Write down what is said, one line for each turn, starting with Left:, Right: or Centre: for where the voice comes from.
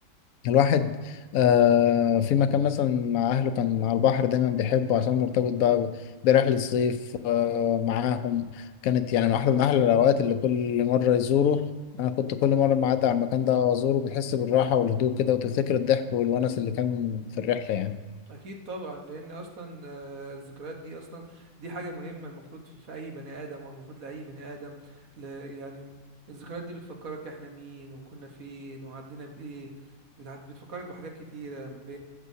Left: الواحد آه في مكان مثلا مع أهله كان على البحر دايما بيحبه عشان مرتبط بقى برحلة صيف آه معاهم كانت يعني واحدة من أحلى الأوقات اللي كل مرة يزوره أنا كنت كل مرة ما أعدي على المكان ده أو أزوره بتحس بالراحة والهدوء كده وتفتكر الضحك والونس اللي كان في الرحلة يعني
Right: اكيد طبعا لان اصلا آه، الذكريات دي اصلا دي حاجه مهمه المفروض في, في اي بني ادم او المفروض لاي بني ادم ل يعني الذكريات دي بتفكرك احنا مين وكنا فين وعدينا بايه بتع- بتفكرك بحاجات كتيرة ب...